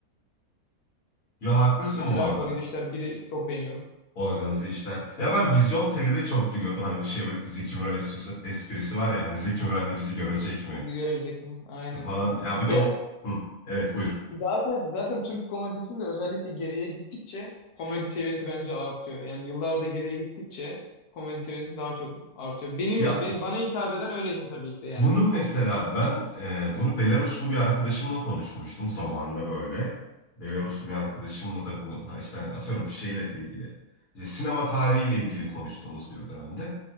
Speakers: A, on the left; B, on the left.
A: Ya haklısın
B: mesela
A: bu arada.
B: Organize İşler 1'i çok beğeniyorum.
A: Organize işler. Ya ben Vizyon Tele'de çok gülüyordum. Hani bu şey Zeki Müren esprisi, esprisi var ya. Hani Zeki Müren de bizi görecek mi?
B: Görebilecek mi? Aynen
A: Falan.
B: öyle.
A: Ya bir de
B: Ya
A: o... Hı, evet buyur.
B: zaten zaten Türk komedisinde özellikle geriye gittikçe komedi seviyesi bence artıyor. Yani yıllarda geriye gittikçe komedi seviyesi daha çok artıyor. Benim
A: Ya
B: be- bana hitap eden öyle işte tabii ki de yani.
A: bunu mesela ben e, bunu Belaruslu bir arkadaşımla konuşmuştum zamanında böyle. Belaruslu bir arkadaşımla da bu ha işte hani atıyorum şeyle ilgili. işte sinema tarihiyle ilgili konuştuğumuz bir dönemde.